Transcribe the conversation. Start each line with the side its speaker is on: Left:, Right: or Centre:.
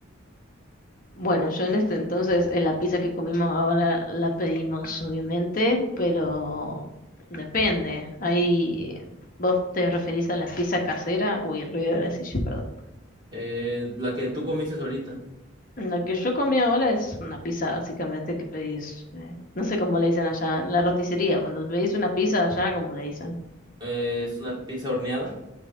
Left: Bueno, yo en este entonces, en la pizza que comimos ahora la pedimos, obviamente, pero depende. Ahí vos te referís a la pizza casera. Uy, el ruido de la silla, perdón.
Right: Eh, la que tú comiste ahorita.
Left: La que yo comí ahora es una pizza básicamente que pedís, eh, no sé cómo le dicen allá, la roticería. Cuando pedís una pizza allá, ¿cómo le dicen?
Right: Eh, es una pizza horneada.